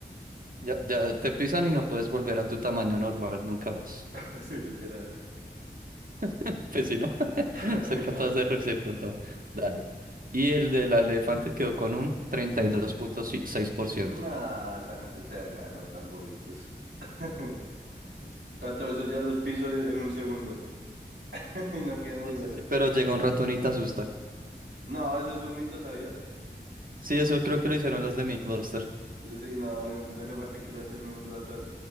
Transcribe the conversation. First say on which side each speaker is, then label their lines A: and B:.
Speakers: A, on the right; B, on the right.
A: ya, ya te pisan y no puedes volver a tu tamaño normal nunca más.
B: <laughs> Sí, literal.
A: <laughs> Pues si ¿no? <laughs>
B: <laughs>
A: Ser
B: Ay, como...
A: capaz de reducir tanto. Dale. Y el del elefante quedó con un treinta y dos punto seis por ciento.
B: Nah, esa gente se agarra tan bobitos. <laughs> Tanto eso ya los piso en un segundo. <laughs> Y no quieren volver.
A: Sí, sí, sí. Pero llega un ratón y te asusta.
B: No, eso es un mito, ¿sabías?
A: Sí, eso creo que lo hicieron los de MythBusters.
B: Sí, no, de un elefante que le ha terminado un rato.